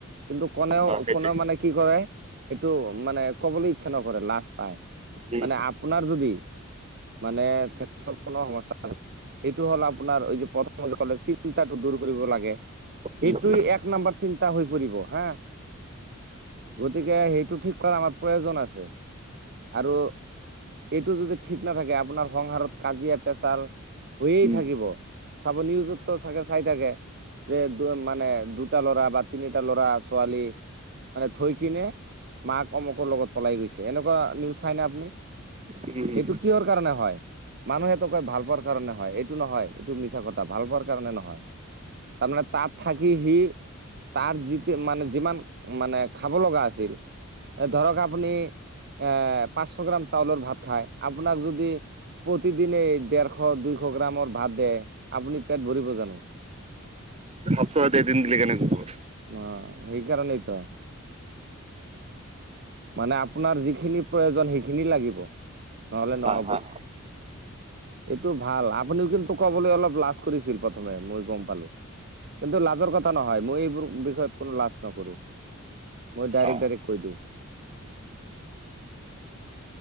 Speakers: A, on the right; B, on the right.
A: কিন্তু কোনেও,
B: অ সেইটোৱে
A: কোনেও মানে কি কৰে সেইটো মানে ক'বলৈ ইচ্ছা নকৰে লাজ পায়।
B: উম
A: মানে আপোনাৰ যদি মানে <unintelligible> কোনো সমস্যা এইটো হ'ল আপোনাৰ এই যে প্ৰথম যে কলে চিন্তাটো দূৰ কৰিব লাগে।
B: উম
A: এইটোই এক নম্বৰ চিন্তা হৈ পৰিব হা। গতিকে সেইটো ঠিক কৰা আমাৰ প্ৰয়োজন আছে। আৰু এইটো যদি ঠিক নাথাকে আপোনাৰ সংহাৰত কাজিয়া প্ৰেছাল হৈয়েই
B: উম
A: থাকিব চাব নিউজতো চাগে চাই থাকে যে দু মানে দু টা ল'ৰা বা তিনিটা ল'ৰা ছোৱালী মানে থৈ কিনে মাক অমুকৰ লগত পলাই গৈছে এনেকুৱা নিউজ চাইনে আপুনি
B: উম
A: এইটো কিহৰ কাৰণে হয় মানুহেতো কয় ভাল পোৱাৰ কাৰণে হয় এইটো নহয় এইটো মিছা কথা ভাল পোৱাৰ কাৰণে নহয় তাৰমানে তাত থাকি সি তাৰ যিটো মানে যিমান মানে খাব লগা আছিল ধৰক আপুনি এ পাঁচশ গ্ৰাম চাউলৰ ভাত খায় আপোনাক যদি প্ৰতিদিনেই ডেৰশ দুইশ গ্ৰামৰ ভাত দে আপুনি পেট ভৰিব জানোঁ।
B: সপ্তাহত এদিন দিলে কেনেকে হ'ব
A: অ সেইকাৰণেইতো মানে আপোনাৰ যিখিনি প্ৰয়োজন সেইখিনি লাগিব। নহলে নহ'ব।
B: হয় হয়
A: এইটো ভাল আপুনিও কিন্তু ক'বলৈ অলপ লাজ কৰিছিল প্ৰথমে মই গম পালোঁ। কিন্তু লাজৰ কথা নহয় মই এইবোৰ বিষয়ত কোনো লাজ নকৰোঁ মই ডাইৰেক্ট,
B: অ
A: ডাইৰেক্ট কৈ দিওঁ।